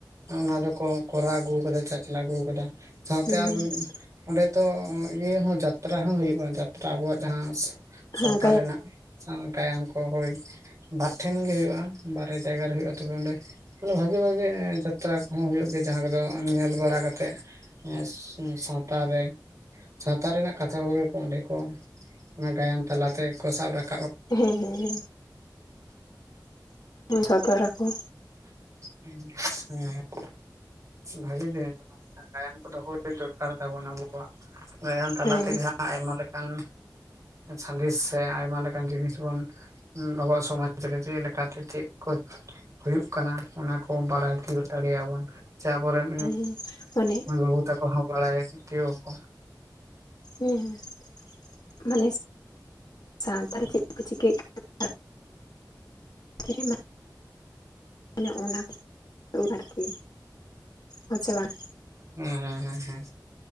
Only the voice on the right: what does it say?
ᱚᱱᱟ ᱫᱚᱠᱚ ᱠᱚᱨᱟᱣ ᱟᱹᱜᱩ ᱠᱟᱫᱟ ᱪᱟᱪᱞᱟᱣ ᱟᱹᱜᱩ ᱠᱟᱫᱟ᱾ ᱥᱟᱶᱛᱮ
ᱟᱨ ᱚᱸᱰᱮ ᱛᱚ ᱤᱭᱟᱹ ᱦᱚᱸ ᱡᱟᱛᱨᱟ ᱦᱚᱸ ᱦᱩᱭᱩᱜᱼᱟ ᱡᱟᱛᱨᱟ ᱟᱵᱚᱣᱟᱜ ᱡᱟᱦᱟᱸ᱾
ᱚᱠᱟ ᱨᱮᱱᱟᱜ ᱥᱟᱸᱣ ᱜᱟᱭᱟᱱ ᱠᱚ ᱦᱳᱭ ᱵᱟᱨ ᱴᱷᱮᱱ ᱜᱮ ᱦᱩᱭᱩᱜᱼᱟ ᱵᱟᱨᱭᱟ ᱡᱟᱭᱜᱟ ᱨᱮ ᱦᱩᱭᱩᱜᱼᱟ ᱛᱚᱵᱮ ᱚᱸᱰᱮᱼᱼ ᱢᱮᱱᱮ ᱵᱷᱟᱜᱤ ᱵᱷᱟᱜᱤ ᱡᱟᱛᱨᱟ ᱠᱚᱦᱚᱸ ᱦᱩᱭᱩᱜ ᱜᱮᱭᱟ ᱡᱟᱦᱟᱸ ᱠᱚᱫᱚ ᱧᱮᱞ ᱵᱟᱲᱟ ᱠᱟᱛᱮᱜᱼᱼ ᱦᱮᱸ ᱥᱟᱶᱛᱟ ᱨᱮ ᱥᱟᱶᱛᱟ ᱨᱮᱱᱟᱜ ᱠᱟᱛᱷᱟ ᱠᱚᱜᱮ ᱠᱚ ᱚᱸᱰᱮ ᱠᱚ ᱚᱱᱟ ᱜᱟᱭᱟᱱ ᱛᱟᱞᱟᱛᱮ ᱠᱚ ᱥᱟᱵ ᱨᱟᱠᱟᱵᱼᱼ
ᱦᱮᱸ ᱦᱮᱸ ᱵᱷᱟᱜᱤ ᱜᱟᱭᱟᱱ ᱠᱟᱱᱟ ᱜᱟᱭᱟᱱ ᱠᱚᱫᱚ ᱦᱩᱭ ᱫᱚᱨᱠᱟᱨ ᱛᱟᱵᱚᱱ ᱟᱵᱚ᱾ ᱠᱚᱣᱟᱜ ᱜᱟᱭᱟᱱ ᱛᱟᱞᱟ
ᱛᱮᱜᱮ ᱦᱟᱸᱜ ᱟᱭᱢᱟ ᱞᱮᱠᱟᱱᱼᱼ ᱥᱟᱸᱫᱮᱥ ᱥᱮ ᱟᱭᱢᱟ ᱞᱮᱠᱟᱱ ᱡᱤᱱᱤᱥ ᱵᱚᱱᱼᱼ ᱟᱵᱚᱣᱟᱜ ᱥᱚᱢᱟᱡ ᱨᱮ ᱪᱮᱫ ᱞᱮᱠᱟ ᱛᱮ ᱪᱮᱫ ᱠᱚ ᱦᱩᱭᱩᱜ ᱠᱟᱱᱟ ᱚᱱᱟ ᱠᱚ ᱵᱟᱲᱟᱭ ᱛᱤᱭᱳᱟᱹᱜ ᱫᱟᱲᱮ ᱟᱵᱚᱱ ᱥᱮ ᱟᱵᱚᱨᱮᱱ
ᱢᱟᱹᱭ ᱵᱟᱵᱩᱼᱼ ᱛᱚᱠᱚ ᱦᱚᱸ ᱵᱟᱲᱟᱭᱟ ᱛᱤᱭᱜ ᱟᱠᱚ
ᱦᱮᱸ ᱦᱮᱸ ᱦᱮᱸ ᱦᱮᱸ